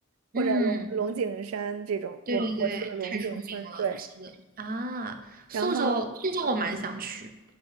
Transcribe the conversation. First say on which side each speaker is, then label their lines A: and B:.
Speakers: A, on the right (about 75°); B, on the right (about 45°).
A: 或者龙龙井山这种，
B: 嗯，对对对，
A: 我我去了龙井村，
B: 太出名了，
A: 对，
B: 是的，啊，苏州，
A: 然后
B: 苏州我蛮想去，